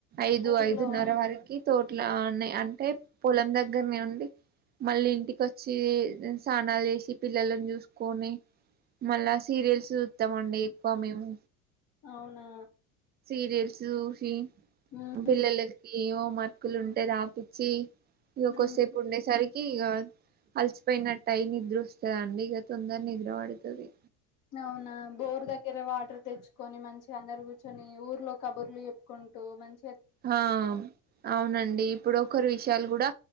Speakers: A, on the right; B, on the left.
A: ఐదు
B: ఊర్లో
A: ఐదున్నర వరకి తోట్ల ఆ నే అంటే పొలం దగ్గరనే ఉండి మళ్ళీ ఇంటికి వచ్చి స్నానాలు చేసి ఈ పిల్లలను చూసుకొని మళ్ళా సీరియల్స్ చూత్తము అండి ఎక్కువ మేము
B: అవునా
A: సీరియల్స్ చూషి
B: మ్మ్
A: పిల్లలకి ఓం బుక్కులు ఉంటే రాపిచ్చి ఇగ
B: మ్మ్
A: కోసేపు ఉండే సరికి ఇగ అలసిపోయినట్టయ్ నిద్ర వస్తుందండి ఇక తొందరనే నిద్ర పడతది.
B: అవున బోర్ దగ్గర వాటర్ తెచ్చుకొని మంచిగా అందరు కూర్చొని ఊర్లో కబుర్లు చెప్పుకుంటూ మంచి
A: ఆ అవునండి ఇప్పుడు ఒకరు ఇష్ త్యల్ గూడా